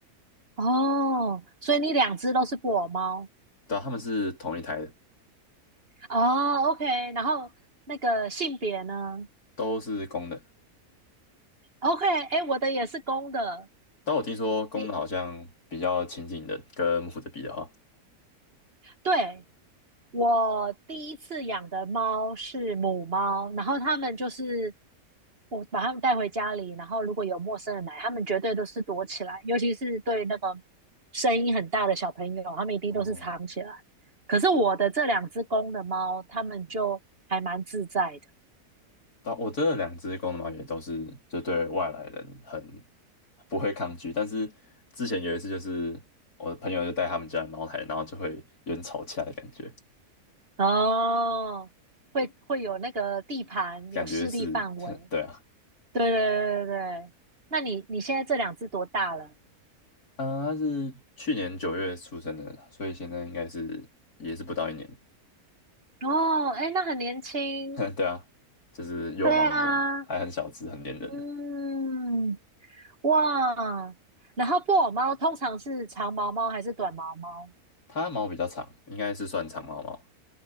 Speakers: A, on the right; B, on the left.
A: 哦，所以你两只都是布偶猫
B: 对啊他们是同一台的，
A: 哦，OK，然后那个性别呢
B: 都是公的。
A: ？OK，哎，我的也是公的，
B: 但我听说公的好像比较亲近的，
A: 你
B: 跟母的比的话，
A: 对我第一次养的猫是母猫，然后它们就是我把它们带回家里，然后如果有陌生人来，它们绝对都是躲起来，尤其是对那个声音很大的小朋友，它们一定都是藏起来。
B: 哦，
A: 可是我的这两只公的猫，它们就还蛮自在的
B: 但我真的两只公的猫也都是就对外来人很不会抗拒，但是之前有一次就是我的朋友就带他们家的猫来，然后就会有点吵架的感觉，
A: 哦，会会有那个地盘，
B: 感觉是，
A: 有势力范围。
B: <laughs> 对啊。
A: 对对对对对，那你你现在这两只多大了？
B: 嗯，它是去年九月出生的，所以现在应该是也是不到一年。
A: 哦，哎，那很年轻。
B: <laughs> 对啊，就是幼猫那种，
A: 对啊，
B: 还很小只，很黏人的。
A: 嗯，哇，然后布偶猫通常是长毛猫还是短毛猫？
B: 它毛比较长，应该是算长毛猫。